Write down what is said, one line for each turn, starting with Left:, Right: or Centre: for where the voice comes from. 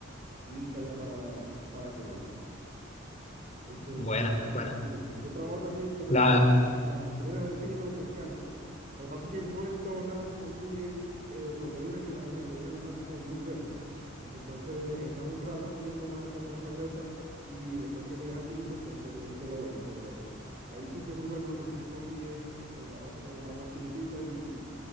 Right: lista ya para, para comer. Este,
Left: Buena, buena.
Right: sí, yo he probado también, como
Left: La,
Right: te comenté, las chilenas de pino me encantan. Lo que pasa es que no en todos lados se consiguen, eh, porque hay unas que la dejan- le dejan la masa como muy gruesa. Entonces estás un rato comiendo masa y masa gruesa y después que llegas al guiso, entonces eso es lo bueno. Pero hay sitios muy buenos donde sí consigues este, la masa como más finitita y,